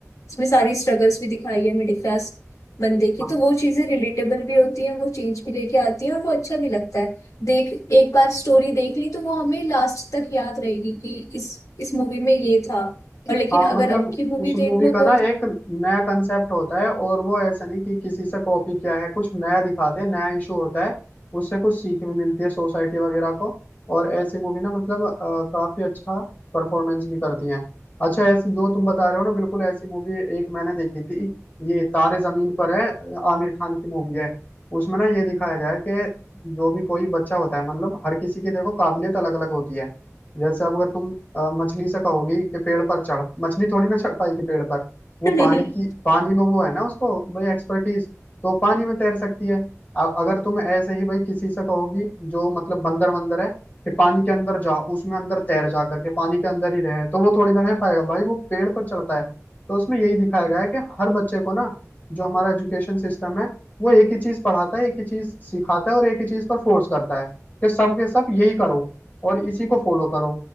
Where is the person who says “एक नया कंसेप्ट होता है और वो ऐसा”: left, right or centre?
Left